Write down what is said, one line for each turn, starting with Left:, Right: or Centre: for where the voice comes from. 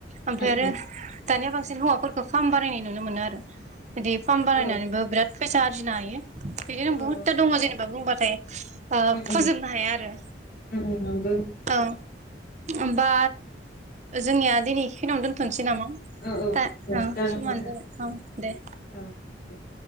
Right: ओमफ्राय
Left: ओं
Right: आरो दानिया बांसिन हौवाफोरखौ बे फार्म बानायनाय नुनो मोनो आरो बिदि फार्म
Left: ओं
Right: बानायनानैबो
Left: औ
Right: बिराद फैसा आरजिनो हायो बेदिनो
Left: औ
Right: बहुत
Left: औ
Right: जेनेबा बुंबाथाय फोजोबनो
Left: ओम ओम
Right: हाया आरो
Left: ओम ओम नंगौ नोंथां
Right: औ हबा जोंनिया दिनैखिनिावनो दोनथ'नोसै नामा
Left: औ औ
Right: दा
Left: औ जागोन
Right: समानो
Left: नोंथां
Right: जाबाय औ दे
Left: औ दे <unintelligible>